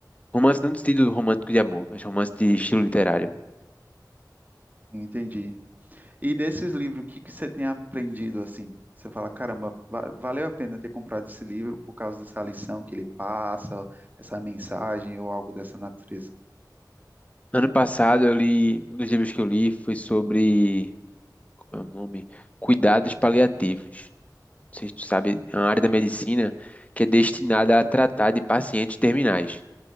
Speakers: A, on the left; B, on the right.
A: Romance não no sentido romântico de amor, mas romance de estilo literário.
B: Entendi. E desses livros, o que que você tem aprendido assim? Você fala, caramba, va- valeu a pena ter comprado esse livro por causa dessa lição que ele passa, essa mensagem ou algo dessa natureza.
A: Ano passado eu li, um dos livros que eu li foi sobre é o nome, cuidados paliativos. Não sei sabe, é uma área da medicina que é destinada a tratar de pacientes terminais.